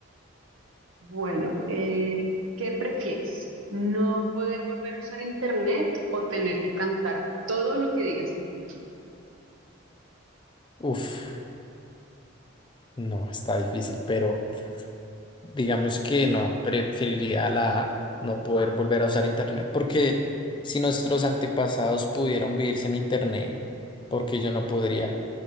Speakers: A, on the right (about 80°); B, on the left (about 25°).
A: Bueno, eh, ¿qué prefieres? ¿No poder volver a usar internet o tener que cantar todo lo que digas en público?
B: Uf, no, está difícil, pero Digamos que no, preferiría la A, no poder volver a usar Internet, porque si nuestros antepasados pudieron vivir sin Internet, porque yo no podría?